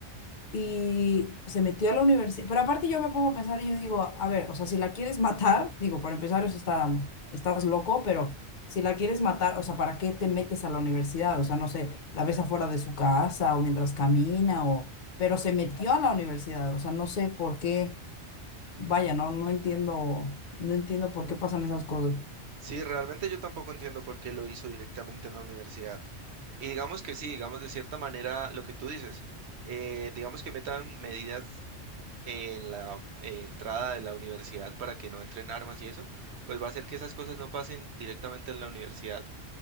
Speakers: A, on the left; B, on the right.
A: y se metió a la universidad. Pero aparte yo me pongo a pensar y yo digo, a ver, o sea, si la quieres matar, digo, por empezar, eso está, estás loco, pero si la quieres matar, o sea, ¿para qué te metes a la universidad? O sea, no sé, la ves afuera de su casa o mientras camina o... Pero se metió a la universidad, o sea, no sé por qué, vaya, no, no entiendo, no entiendo por qué pasan esas cosas.
B: Sí, realmente yo tampoco entiendo por qué lo hizo directamente en la universidad. Y digamos que sí, digamos de cierta manera lo que tú dices, eh, digamos que metan medidas en la eh, entrada de la universidad para que no entren armas y eso, pues va a hacer que esas cosas no pasen directamente en la universidad.